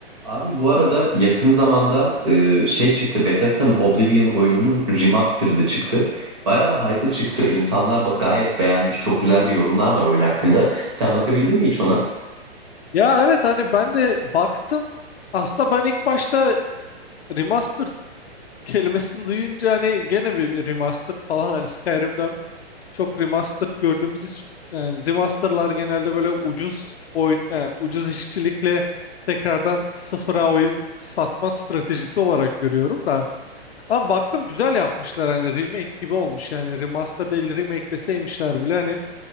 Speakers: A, on the right (about 25°); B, on the left (about 65°).
A: Abi bu arada yakın zamanda e, şey çıktı. Bethesda'nın Oblivion oyununun remastered'ı çıktı. Bayağı da hype'lı çıktı. İnsanlar ba- gayet beğenmiş. Çok güzel de yorumlar var oyun hakkında. Sen bakabildin mi hiç ona?
B: Ya evet hani ben de baktım. Aslında ben ilk başta remastered kelimesini duyunca hani gene bir remastered falan hani Skyrim'den çok remastered gördüğümüz için yani remasterlar genelde böyle ucuz oyun e, ucuz işçilikle tekrardan sıfıra oyun satma stratejisi olarak görüyorum da. Ama baktım güzel yapmışlar hani remake gibi olmuş yani remaster değil remake deseymişler bile hani